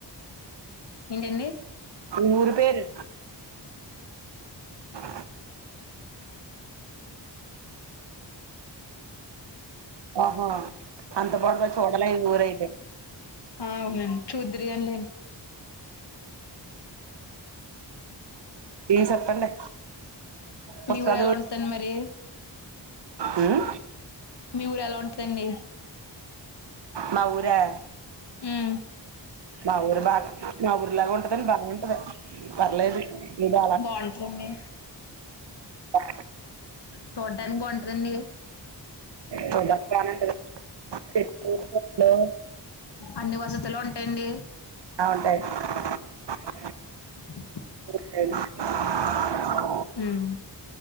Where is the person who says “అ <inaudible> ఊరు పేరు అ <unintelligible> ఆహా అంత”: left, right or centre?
Right